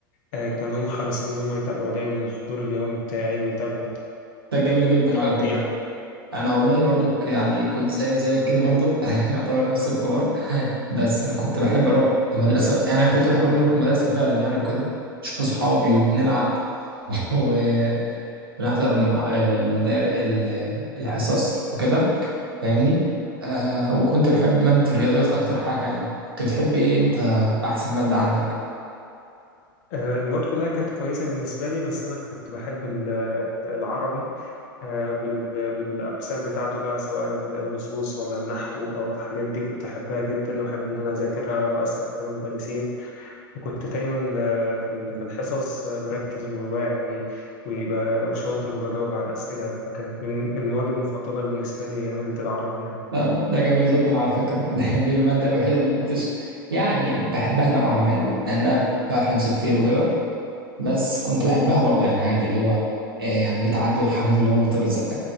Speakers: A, on the left; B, on the right.
A: آه، كان هم حريصين ان هم يتابعوا دايما الحضور اليومي بتاعي ويتابعوا
B: ده جميل جدا
A: اخدت
B: على فكرة
A: ايه
B: انا والله برضك يعني كنت زي زيك كده برضك <laughs> يعتبر نفس الكور بس انا كنت بحب اروح المدرسة يعني انا كنت بحب اروح المدرسة فعلا يعني وكده اشوف اصحابي ونلعب <laughs> و- ونحضر الم- المدار ال- الحصص وكده فاهمني آه وكنت بحب مادة الرياضيات أكتر حاجة يعني كنت بتحب إيه أنت أحسن مادة عندك
A: آه، المواد كلها كانت كويسه بالنسبه لي بس انا كنت بحب ال- ال- العربي آه، بال- بالأقسام بتاعته بقى سواء النصوص ولا النحو أو الحاجات دي كنت أحبها جدا وأحب إن أنا أذاكرها وأسأل فيها المدرسين وكنت دايما آه، في ال- في الحصص آه، مركز وواعي ويبقى وشاطر وبجاوب على الأسئلة فكانت من المواد المفضلة بالنسبة لي هي مادة العربي يعني
B: طب ده جميل جدا على فكرة <laughs> ده دي المادة الوحيدة اللي ما كنتش يعني بحبها نوعا ما لأنها فيها حفظ كتير وكده بس كنت بحبها برضه يعني عادي اللي هو آه يعني بتعدي والحمد لله وبترزق